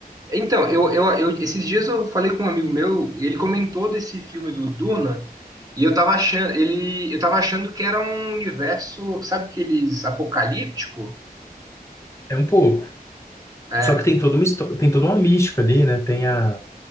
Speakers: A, on the right (about 25°); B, on the left (about 15°).
A: Então, eu, eu, eu- esses dias eu falei com um amigo meu, ele comentou desse filme do Duna, e eu tava achando, ele, eu tava achando que era um universo, sabe aqueles apocalíptico?
B: É um pouco.
A: É.
B: Só que tem toda uma história, tem toda uma mística ali, né? Tem a,